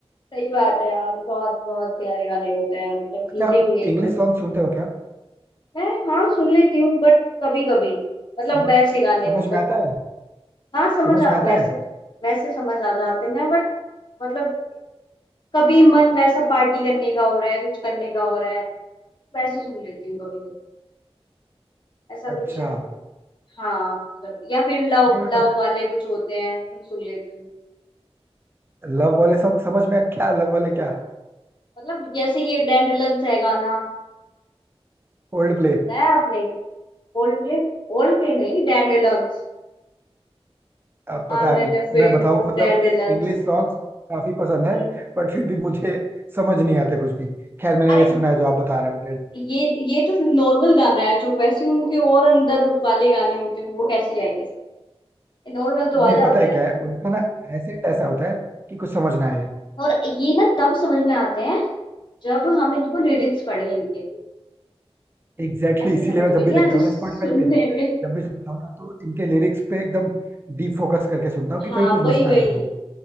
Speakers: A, on the left; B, on the right.
A: सही बात है यार बहुत बहुत प्यारे गाने होते हैं मतलब
B: अच्छा
A: फीलिंग
B: आप
A: एकदम
B: इंग्लिश सॉन्ग सुनते हो क्या
A: मैं हाँ सुन लेती हूँ बट कभी कभी मतलब
B: समझ
A: वैसे
B: समझ
A: गाने मतलब
B: में आता है
A: हाँ समझ
B: समझ
A: आ,
B: में आता
A: वैसे
B: है
A: वैसे समझ आ जाते हैं बट मतलब कभी मन वैसा पार्टी करने का हो रहा है कुछ करने का हो रहा है वैसे सुन लेती हूँ कभी कभी ऐसा कुछ
B: अच्छा
A: हाँ मतलब या फिर लव
B: नहीं मतलब
A: लव वाले कुछ होते हैं वो सुन लेती हूँ
B: <laughs> लव वाले सॉन्ग समझ में आ- क्या लव वाले क्या
A: मतलब जैसे ये डैंडेलियंस है गाना
B: ओल्ड प्ले
A: सुना है आपने ओल्ड प्ले ओल्ड प्ले नहीं डैंडेलियंस
B: अब पता
A: हाँ मैंने
B: नहीं
A: फील्ड
B: मैं बताऊं
A: ऑफ
B: मतलब
A: डैंडेलियंस
B: इंग्लिश सॉन्ग्स काफी पसंद है
A: हम्म
B: बट फिर भी मुझे समझ नहीं आते कुछ भी खैर मैंने
A: अरे
B: ये सुना है जो आप बता रहे हो
A: ये ये तो नॉर्मल गाना है जो वैसे उनके और अंदर वाले गाने होते हैं वो कैसे आएंगे सर ये नॉर्मल तो
B: नहीं
A: आ जाते
B: पता है
A: हैं
B: क्या है उनका ना एसेंट ऐसा होता है कि कुछ समझ ना आए
A: और ये ना तब समझ में आते हैं जब हम इनको लिरिक्स पढ़े इनके
B: एग्जैक्टली
A: ऐसे
B: exactly, इसीलिए
A: समझ
B: मैं
A: में
B: जब
A: नहीं
B: भी देखता
A: आते
B: हूँ ना
A: सुनने
B: स्पॉटिफाई पे
A: में
B: जब भी सुनता हूँ ना तो इनके लिरिक्स पे एकदम डीप फोकस करके सुनता हूँ कि
A: हाँ
B: कहीं कुछ
A: वही
B: मिस ना
A: वही
B: कर दूं